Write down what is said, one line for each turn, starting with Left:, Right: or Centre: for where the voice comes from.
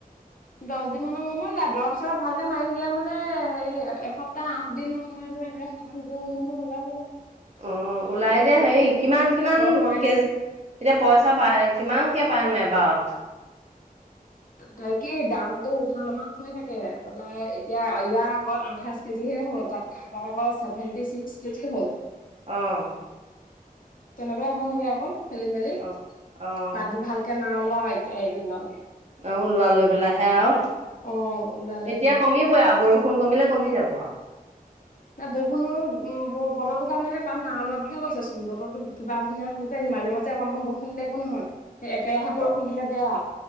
Left: দহ দিন মানৰ মই মই লা দৰৱ চৰব ভালকে মাৰিছিলিলে মানে হেৰি এসপ্তাহ আঠ দিনৰ মই মই ম সাধান মই মই ওলাব
Right: অ', ওলাই
Left: দৰৱ
Right: দিয়া
Left: খিনি
Right: হেৰি
Left: মাৰি থাকিলে
Right: কিমান কিমান
Left: এতিয়া দৰৱ মৰাই
Right: কেজ
Left: নাই
Right: এতিয়া পইচা পায় কিমান কে প নে বাট
Left: তাই কি দামতটো উঠা নমাহ হৈ থাকে তাৰপৰা এতিয়া ইয়াৰ আগত আঠাইশ কেজিহে হ'ল তাতকে আগ আেভেটি ছিক্স কেজকে হ'ল।
Right: আহ।
Left: তেনেকুৱাই হৈ থাকে আকৌ খেলি মেলি
Right: অ'। অ',
Left: পাতবোৰ ভালকে নাও। তিয়া ন।
Right: অ', ওলোৱা লৈ পেলাইাহে আৰু
Left: অ ওলালে
Right: এতিয়া
Left: বোলে
Right: কমিবই আৰু বৰষু ণ কমিলে কমি যাব।
Left: ন বৰষুণৰ উম বতৰটোৰ কাৰণেহে পান ন ওলোৱা বুলিয়ে কৈছে চোন বতৰো কিবা <unintelligible> মাজে মাজে অকণ অক ব শুনিলে একো নহয়। সেই একেৰাহে বৰষুণ
Right: অ',
Left: দিলে বেয়া,